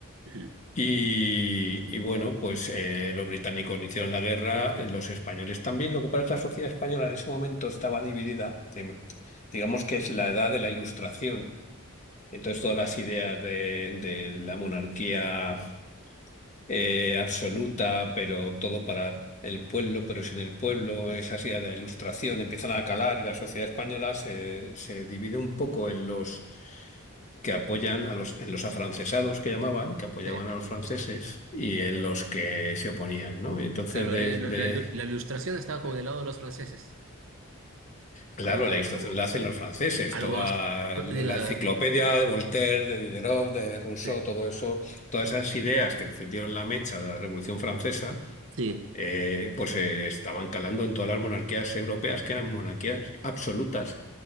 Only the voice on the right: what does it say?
ujú,
sí.
Claro,
eh, lo-
la, ilu- la ilustración estaba como del lado de los franceses,
como,
como
algo
más,
diga...
Sí.
Sí,